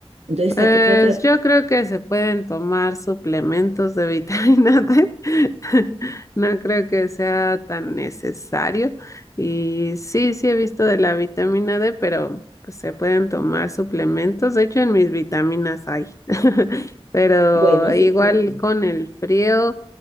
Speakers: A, on the right; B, on the left.
A: Entonces
B: Pues
A: trato, trato de...
B: yo creo que se pueden tomar suplementos de vitamina D. <laughs> No creo que sea tan necesario. Y sí, sí he visto de la vitamina D, pero pues se pueden tomar suplementos. De hecho, en mis vitaminas hay. <laughs> Pero
A: Bueno, eso
B: igual
A: es cierto.
B: con el frío